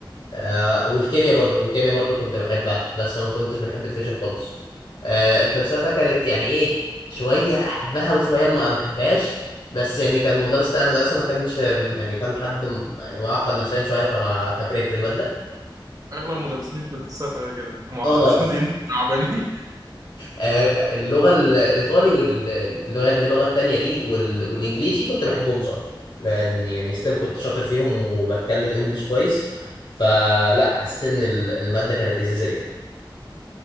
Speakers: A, on the left; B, on the right.
A: آه، والكيمياء برضو والكيمياء برضو كنت بحبها بس ما كنتش بحب الفيزياء خالص آه، الفلسفة كانت يعني إيه شوية أحبها وشوية ما ما أحبهاش بس يعني كان المدرس بتاع المدرسة ما كانش يعني كان حد م- يعني معقد نفسيا شوية فما فكرهت المادة
B: اغلب مدرسين الفلسفه كده معقدين
A: آه
B: <laughs> تعبانين
A: آه، اللغة ال- الإيطالي واللغة اللي هي اللغة التانية دي وال- والإنجليزي كنت بحبهم صراحة لأن يعني ستيل كنت شاطر فيهم وبتكلم إنجليش كويس فلا حسيت إن ال- المادة كانت لذيذة جدا